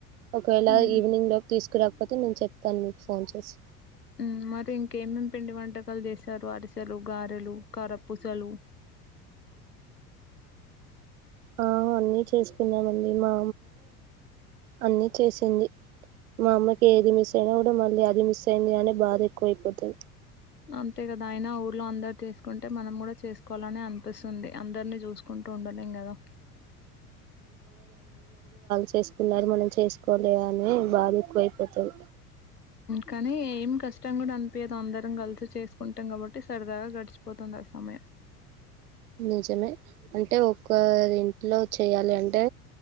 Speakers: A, on the right; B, on the left.
A: ఒకవేళ
B: హ్మ్
A: ఈవినింగ్ లోకి తీసుకురాకపోతే నేను చెప్తాను మీకు ఫోన్ చేసి
B: ఊ మరి ఇంకేమేమి పిండి వంటకాలు చేస్తారు అరిసెలు గారెలు కర పూసలు
A: ఆ అన్నీ చేసుకున్నామండి మా అన్ని చేసింది మా అమ్మకి ఏది మిస్ అయినా కూడా మళ్ళీ అది మిస్ అయింది అనే బాధ ఎక్కువైపోతది
B: అంతే కదా అయినా ఊర్లో అందరు తీసుకుంటే మనం కూడా చేసుకోవాలని అనే అనిపిస్తుంది అందరినీ చూసుకుం కుంటుండలేం కదా
A: చేస్కున్నారు మనం చేసుకోవలే అని బాధ ఎక్కువ అయిపోతది.
B: కానీ ఏం కష్టం కూడా అనిపియదు అందరం కలిసి చేసుకుంటాం కాబట్టి సరదాగా గడిచ చ్చిపోతుందా సమయం
A: నిజమే అంటే ఒకరి ఇంట్లో చేయాలి అంటే